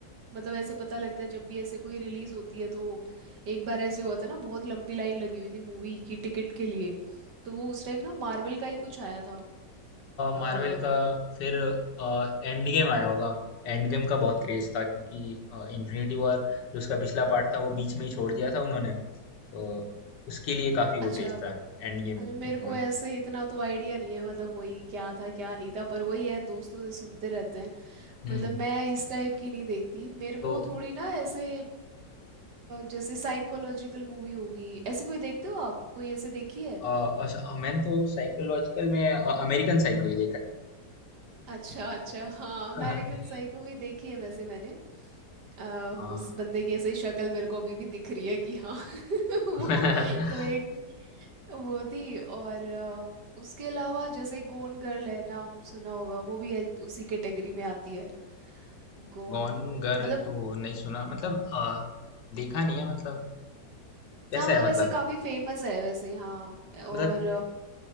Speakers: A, on the right; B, on the left.
A: मतलब ऐसे पता लगता है जब भी ऐसे कोई रिलीज होती है तो एक बार ऐसे हुआ था ना बहुत लंबी लाइन लगी हुई थी मूवी की टिकट के लिए तो वो उस टाइम ना मार्वल का ही कुछ आया था अ,
B: मार्वल का फिर एंड गेम आया होगा एंड गेम का बहुत क्रेज था क्योंकि इन्फिनिटी वॉर जो उसका पिछला पार्ट था वो बीच में ही छोड़ दिया था उन्होंने तो उसके लिए काफी
A: अच्छा
B: वो क्रेज था एंड गेम
A: अच्छा मेरे
B: एक
A: को
B: मूवी
A: ऐसे
B: था
A: इतना तो आइडिया नहीं है मतलब वही क्या था क्या नहीं था पर वही है दोस्तों से सुनते रहते हैं
B: हम्म
A: मतलब मैं इस टाइप की नहीं देखती मेरे
B: तो
A: को थोड़ी ना ऐसे अ, जैसे साइकोलॉजिकल मूवी होगी ऐसी कोई देखते हो आप कोई ऐसे देखी है
B: अ, अस- अ, मैंने तो साइकोलॉजिकल में अमेरिकन साइको ही देखा
A: अच्छा अच्छा हाँ अमेरिकन
B: है।
A: साइको
B: <laughs>
A: भी देखी है वैसे मैंने आ,
B: हाँ
A: उस बंदे की ऐसे शक्ल मेरे को अभी भी दिख रही है कि हाँ <laughs> वो
B: <laughs>
A: तो एक वो थी और अ, उसके अलावा जैसे गोन गर्ल है नाम सुना होगा वो भी है, उसी कैटेगरी में आती है गोन
B: गॉन गर्ल
A: मतलब
B: तो नहीं सुना मतलब अ, देखा नहीं है मतलब कैसा
A: हाँ मतलब
B: है मतलब
A: ऐसे काफी फेमस है वैसे हाँ और
B: मतलब